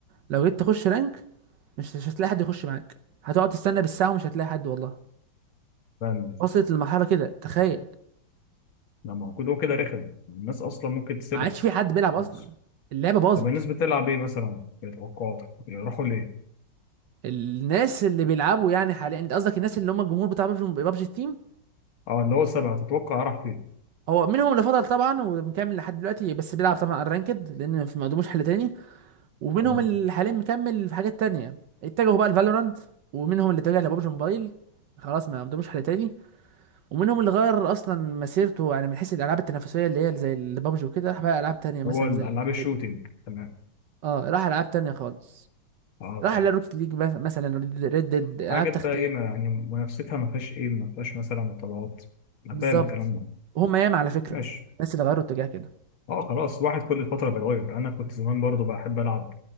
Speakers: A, on the right; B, on the left.
A: لو جيت تخش رانك مش مش هتلاقي حد يخش معاك هتقعد تستنى بالساعة ومش هتلاقي حد والله
B: تمام ماشي
A: وصلت لمرحلة كده تخيل
B: لما موجود هو كده رخم الناس أصلا ممكن تسيبها
A: ما عادش في حد بيلعب أصلا
B: خالص
A: اللعبة باظت
B: طب الناس بتلعب إيه مثلا في توقعاتك يروحوا ليه؟
A: الناس اللي بيلعبوا يعني حاليا انت قصدك الناس اللي هم الجمهور بتاع ببجي ببجي تيم
B: اه اللي هو السبعة تتوقع راح فين
A: هو منهم اللي فضل طبعا ومكمل لحد دلوقتي بس بيلعب طبعا الرانكد لان ما قدموش حل تاني ومنهم
B: تمام
A: اللي حاليا مكمل في حاجات تانية اتجهوا بقى لفالورانت ومنهم اللي اتجه لببجي موبايل خلاص ما قدموش حل تاني ومنهم اللي غير اصلا مسيرته يعني من حيث الالعاب التنافسيه اللي هي زي البابجي وكده راح بقى العاب تانية مثلا
B: هو الألعاب
A: زي Red
B: الشوتينج
A: Dead.
B: تمام
A: اه راح العاب تانية خالص
B: اه
A: راح
B: فاهم
A: لروكيت ليج مثلا ريد ديد
B: حاجات
A: العاب تختيم
B: بقى إيه ما يعني منافستها ما فيهاش إيه ما فيهاش مثلا طلعات أنا
A: بالظبط
B: فاهم الكلام ده
A: وهم ياما على فكره
B: ماشي
A: الناس اللي غيروا اتجاه كده
B: اه خلاص واحد كل فترة بيتغير انا كنت زمان برضو بحب العب